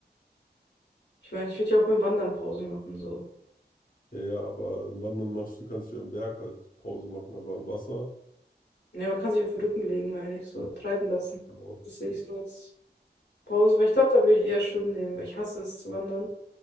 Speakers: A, on the left; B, on the left.
A: Ich meine, ich würde ja auch beim Wandern Pause machen, so.
B: Ja, ja, aber wandern machst du, kannst du am Berg halt Pause machen, aber am Wasser.
A: Ne, man kann sich auf den Rücken legen, meine ich, so treiben lassen.
B: Genau.
A: Das sehe ich so als Pause, weil ich glaube, da würde ich eher schwimmen nehmen, weil ich hasse es zu wandern.